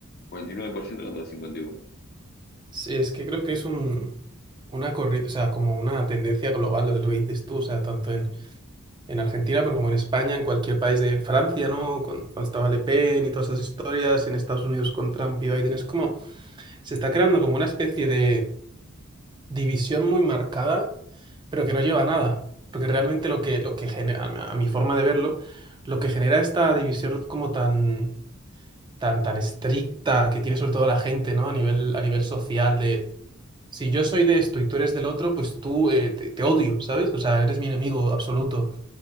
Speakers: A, on the left; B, on the right.
A: ciento contra 51.
B: Sí, es que creo que es un, una corriente, o sea, como una tendencia global lo de lo que dices tú, o sea, tanto en, en Argentina, pero como en España, en cualquier país de en Francia, ¿no? Con- Cuando, estaba Le Pen y todas esas historias, en Estados Unidos con Trump y Biden, es como, se está creando como una especie de división muy marcada, pero que no lleva a nada. Porque realmente lo que, lo que genera, a a mi forma de verlo, lo que genera esta división como tan, tan, tan estricta que tiene sobre todo la gente, ¿no? A nivel, a nivel social de si yo soy de esto y tú eres del otro, pues tú eh, te, te odio, ¿sabes? O sea, eres mi enemigo absoluto.